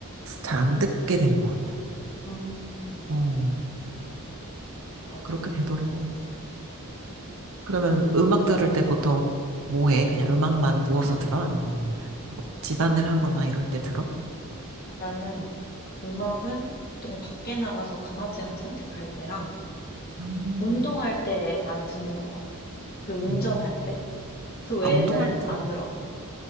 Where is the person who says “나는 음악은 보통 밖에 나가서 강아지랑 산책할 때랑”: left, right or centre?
Left